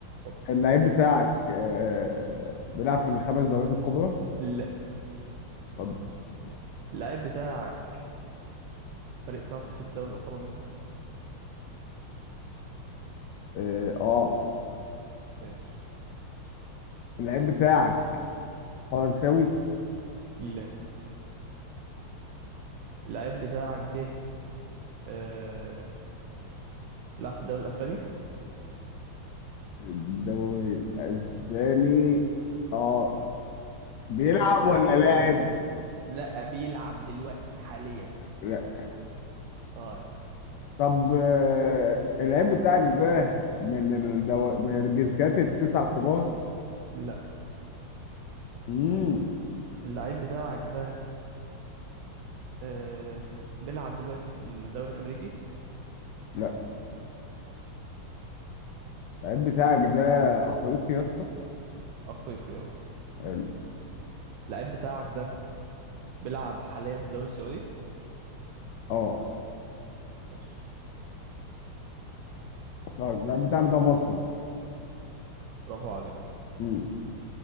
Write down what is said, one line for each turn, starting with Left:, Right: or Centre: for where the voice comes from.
Right: اتفضل
Left: اللعيب بتاعك آه، بيلعب في الخمس دوريات الكبرى
Right: لا
Left: اتفضل
Right: اللعيب بتاعك الفريق بتاعه كسب دوري الابطال قبل كده
Left: اه آه.
Right: ماشي
Left: اللعيب بتاعك فرنساوي
Right: لا اللعيب بتاعك ده آه... بيلعب في الدوري الاسباني
Left: الدوري الاسباني اه بيلعب
Right: انت مش متاكد
Left: ولا لاعب
Right: ولا ايه لا بيلعب دلوقتي حاليا
Left: لا
Right: طيب
Left: طب آه، اللعيب بتاعك ده من الدو... من الجنسيات التسع الكبار
Right: لا
Left: امم
Right: اللعيب بتاعك ده آم... بيلعب دلوقتي في الدوري الامريكي
Left: لا اللعيب بتاعك ده افريقي يا اسطى
Right: افريقي اه
Left: حلو
Right: اللعيب بتاعك ده بيلعب حاليا في الدوري السعودي
Left: اه
Right: ماشي
Left: طيب اللعيب بتاعك ده مصري
Right: برافو عليك
Left: امم